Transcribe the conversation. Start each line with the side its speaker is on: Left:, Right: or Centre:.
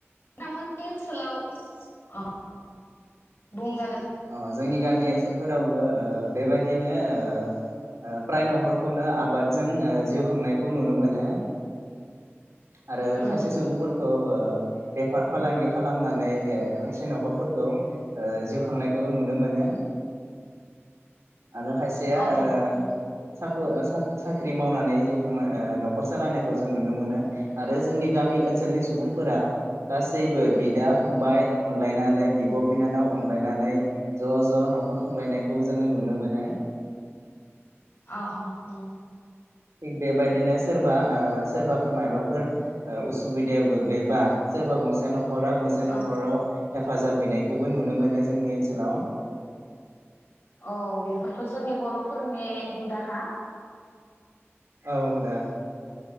Left: थांमोननि ओनसोलाव अ। बुंजागोन
Right: अ जोंनि गामि ओनसोलफोरावबो ओ बेबादिनो ओ ओ ओ प्राय नखर खौनो आबादजों ओ जिउ खांनायखौ नुनो मोनो। आरो
Left: उम
Right: खायसे
Left: उम
Right: सुबुंफोरखौ ओ बेफार फालांगि खालामनानै ओ खायसे न'खरफोरखौ जिउ खांनायखौ नुनो मोनो। आरो खायसेया
Left: अ
Right: ओ
Left: अ
Right: साख ओ साख साख्रि मावनानै जिउ खांनाय ओ न'खर सालायनायखौ जों नुनो मोनो। आरो जोंनि गामि ओनसोलनि सुबुंफोरा गासैबो बिदा फंबाय अनलायनानै बिब' बिनानाव अनलायनानै ज' ज' न'खर खुंलायनायखौ जोङो नुनो मोनो।
Left: अ अ ओं।
Right: थिग बेबायदिनो सोरबा ओ सोरबाफोर मायबाफोर ओ उसुबिदायाव गोग्लैबा सोरबा गंसे न न'खरा गंसे न'खराव
Left: अ
Right: हेफाजाब हैनायखौबो नुनो मोनो जोंनि ओनसोलाव।
Left: औ बेफोरथ' जोंनि बर'फोरनि हुदाखा।
Right: औ हुदा।